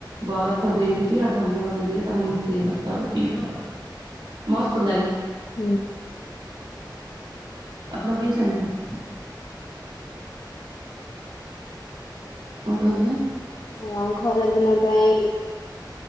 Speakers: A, on the right (about 85°); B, on the left (about 60°).
A: ବରଫ ଦେଇକରି ଆଉ ଧନଆବାଦ ଦେଇକି ତାକୁ ମିଶେଇବା। ତାପରେ ପିଇବା ଆଉ ମସ୍ତ ଲାଗେ।
B: ହୁଁ।
A: ଆପଣ ପିଇଛନ୍ତି? କଣ କହିଲେ?
B: ହଁ ଖରା ଦିନ ପାଇଁ